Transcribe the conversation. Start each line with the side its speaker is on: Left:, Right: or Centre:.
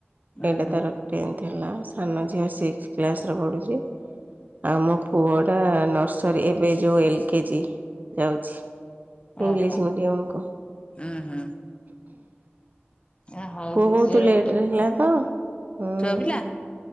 Left: ଉୁଁ
Right: ଏଇଟା
Left: ହୁଁ
Right: ତର ଟେନ୍ଥ ହେଲା ସାନ ଝିଅ ସିକ୍ସ କ୍ଲାସରେ ପଢୁଛି। ଆମ ପୁଅ ଟା ନର୍ସରୀ ଏବେ ଯୋଉ ଏଲ କେଜି ଯାଉଛି। ଇଂଲିୀଶ
Left: ଓହୋ
Right: ମିଡିଆମକୁ।
Left: ଉୁଁ ହୁଁ ଆ ହଉ
Right: ପୁଅ
Left: ଦି
Right: ବହୁତ
Left: ଝିଅର
Right: ଲେଟ
Left: ଗୋଟେ
Right: ରେ
Left: ପୁଅ
Right: ହେଥିଲା ତ ହୁଁ।
Left: ଛୁଆ ପିଲା